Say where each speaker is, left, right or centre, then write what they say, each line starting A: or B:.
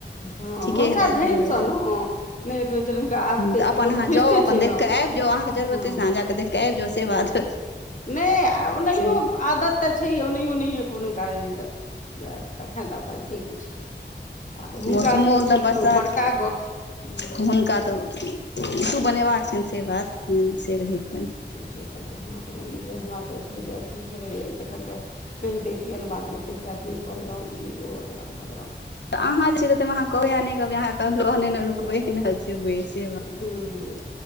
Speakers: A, on the left; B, on the left.
A: हँ
B: ठीके
A: हँसा
B: हेतथि।
A: धनि
B: ह
A: सन हँ नहि उठबै छथिन हुनका आदते
B: तऽ अपन
A: छनि लोक
B: अहाँ
A: बुझिते
B: जाउ, अपन
A: छै
B: देखि
A: हँ
B: कऽ आबि जाउ अहाँके जरूरत
A: हँ
B: अछि त अहाँ जा कऽ देखि कऽ आबि जाउ से बात
A: नहि आ ओनहिओ
B: से
A: आदत तऽ छैहे, ओनहिओ नहिए कोनो कारण से। तखन तऽ अपन जे किछ, आ हुनका
B: मौसमो
A: नहि
B: एकदम
A: उठेलखिन
B: बरसात
A: बड़का गप, हँ।
B: हुनका तऽ इसु बनेबाक छैन से बात मेन से रहै हेतैन।
A: थोड़े चाहते हमरा कुनो ई हमरा तऽ थोड़े अथी थोड़े ए तखन तऽ कैह दैतियेन बादमे कैहतैत नै कहलौ ई ओ अगरम बगरम।
B: तऽ अहाँ जे छैे से तै मे अहाँ कहबै आ नै कहबै अहाँ के कहत लोक नै ने रुकबै
A: से
B: ना जेबै से बात,
A: हूँ